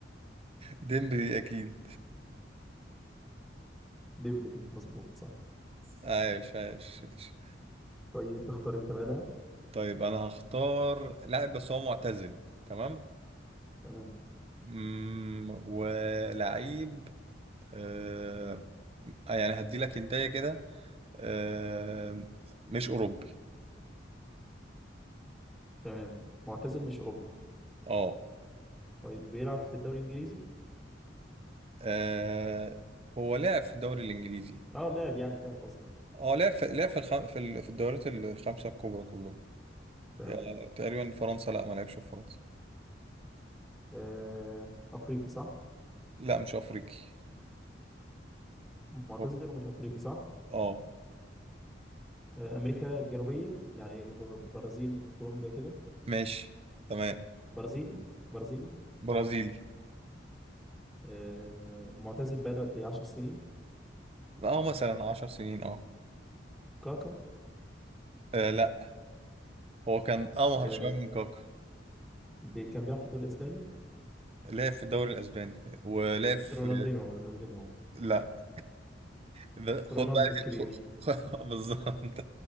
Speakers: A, on the right (about 30°); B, in the centre.
A: ديمبلي اكيد
B: ديمبلي مظبوط صح
A: عايش عايش عايش.
B: طيب اختار أنت بقى ده
A: طيب انا هختار لاعب بس هو معتزل تمام
B: تمام
A: مم، ولعيب آه آه، يعني هدي لك انتايه كده آه مش اوروبي
B: تمام معتزل مش أوروبي
A: اه
B: طيب بيلعب في الدوري الإنجليزي
A: آه، هو لعب في الدوري الانجليزي
B: اه لاعب يعني لاعب قصدي
A: اه لعب في لعب في الخم... في, ال... في الدوريات ال- الخمسه الكبرى كلهم
B: تمام
A: آه تقريبا فرنسا لا ما لعبش في فرنسا
B: آه أفريقي صح
A: لا مش افريقي
B: معتزل
A: هو-
B: ومش أفريقي صح
A: اه
B: آه، امريكا الجنوبيه يعني ب- برازيل كولومبيا كده
A: ماشي تمام
B: برازيلي برازيلي
A: برازيلي
B: آه، معتزل بقاله قد ايه 10 سنين
A: اه مثلا 10 سنين اه
B: كاكا
A: آه، لا هو كان امهر
B: آه،
A: شويه من كاكا
B: بي- كان بيلعب في الدوري الاسباني
A: لعب في الدوري الاسباني ولعب في
B: رونالدينو رونالدينو
A: لا ده خد
B: رونالدو
A: بقى
B: الكبير
A: خ- <laughs> خ- بالظبط